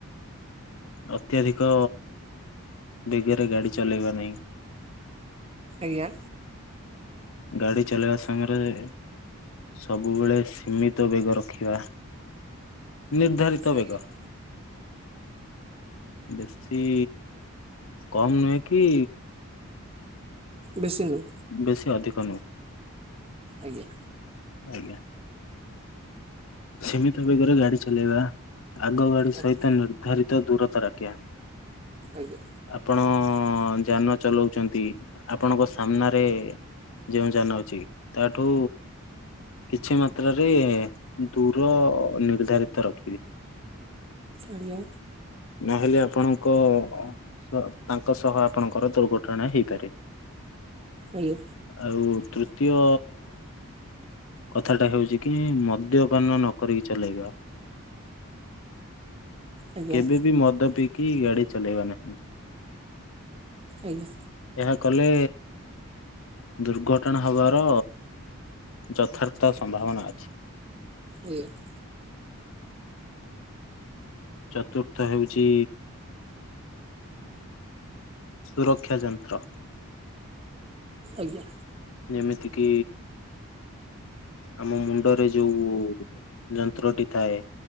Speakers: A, on the left; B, on the right.
A: ଅତ୍ୟଧିକ ବେଗରେ ଗାଡି ଚଲେଇବା ନାହିଁ।
B: ଆଜ୍ଞା।
A: ଗାଡି ଚଲେଇବା ସମୟରେ ସବୁବେଳେ ସୀମିତ ବେଗ ରଖିବା, ନିର୍ଦ୍ଧାରିତ
B: ଆଜ୍ଞା
A: ବେଗ ବେଶୀ କମ ନୁହେଁ କି
B: ବେଶୀ ନୁହେଁ
A: ବେଶୀ ଅଧିକ ନୁହେଁ ।
B: ଆଜ୍ଞା
A: ଆଜ୍ଞା। ସୀମିତ ବେଗରେ ଗାଡି ଚଲେଇବା। ଆଗ ଗାଡି ସହିତ
B: ଆଜ୍ଞା
A: ନିର୍ଦ୍ଧାରିତ ଦୂରତା ରଖିବା ।
B: ଆଜ୍ଞା
A: ଆପଣ ଯାନ ଚଲଉଛନ୍ତି, ଆପଣଙ୍କ ସାମ୍ନାରେ ଯେଉଁ ଯାନ ଅଛି, ତାଠୁ କିଛି ମାତ୍ରାରେ ଦୂର ନିର୍ଦ୍ଧାରିତ ରଖିବେ,
B: ଆଜ୍ଞା
A: ନହେଲେ ଆପଣଙ୍କ ତାଙ୍କ ସହ ଆପଣଙ୍କର ଦୁର୍ଘଟଣା ହେଇପାରେ।
B: ଆଜ୍ଞା।
A: ଆଉ ତୃତୀୟ କଥାଟା ହେଉଛି କି ମଦ୍ୟ ପାନ ନ କରିକି ଚଲେଇବା ।
B: ଆଜ୍ଞା
A: କେବେ ବିି ମଦ ପିି କି ଗାଡି ଚଲେଇବା ନାହିଁ
B: ଆଜ୍ଞା
A: ଏହା କଲେ, ଦୁର୍ଘଟଣା ହେବାର ଯଥାର୍ଥ ସମ୍ଭାବନା ଅଛି।
B: ଆା <inaudible>
A: ଚତୁର୍ଥ ହେଉଛି ସୁରକ୍ଷା ଯନ୍ତ୍ର ।
B: ଆଜ୍ଞା
A: ଯେମିତିକି, ଆମ ମୁଣ୍ଡରେ ଯୋଉ ଯନ୍ତ୍ରଟି ଥାଏ